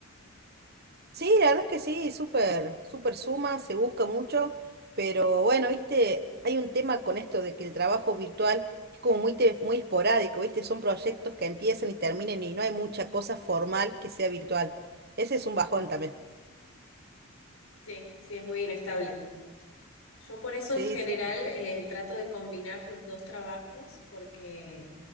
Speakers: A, on the right; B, on the left.
A: Sí, la verdad es que sí, súper, súper suma, se busca mucho, pero bueno, viste, hay un tema con esto de que el trabajo virtual es como muy, te- muy esporádico, viste, son proyectos que empiezan y terminan y no hay mucha cosa formal que sea virtual. Ese es un bajón
B: Ujú.
A: también.
B: Sí, sí, es muy inestable. Yo por eso
A: Sí,
B: en general
A: sí,
B: eh, trato de combinar los dos trabajos, porque